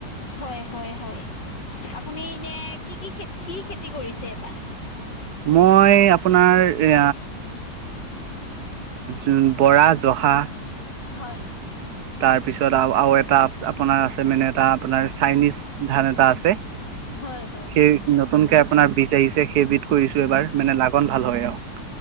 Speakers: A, on the left; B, on the right.
A: হয় হয় হয়। আপুনি এনে কি কি খেতি কি খেতি কৰিছে এইবাৰ
B: মই আপোনাৰ এ অ বৰা জহা
A: হয়
B: তাৰপিছত আৰু আৰু এটা আপোনাৰ আছে মানে এটা আপোনাৰ চাইনিজ- ধান, এটা আছে।
A: হয় হয়।
B: সেই নতুনকে আপোনাৰ বীজ আহিছে সেইবিধ কৰিছো এবাৰ মানে লাগন ভাল হয়। আৰু-